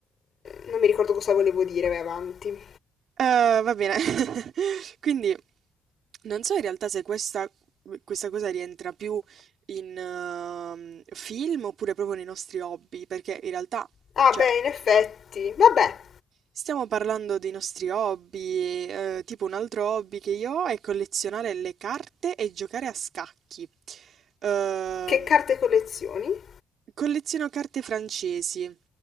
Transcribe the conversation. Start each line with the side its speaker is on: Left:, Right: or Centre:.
Left: non mi ricordo cosa volevo dire, vai avanti.
Right: Eh, va bene. <laughs> Quindi non so in realtà se questa, questa cosa rientra più in ehm, film oppure proprio nei nostri hobby, perché in realtà,
Left: Ah,
Right: cioè,
Left: beh, in effetti. Vabbè,
Right: stiamo parlando dei nostri hobby, eh, tipo un altro hobby che io ho è collezionare le carte e giocare a scacchi. Ehm,
Left: che carte collezioni?
Right: colleziono carte francesi.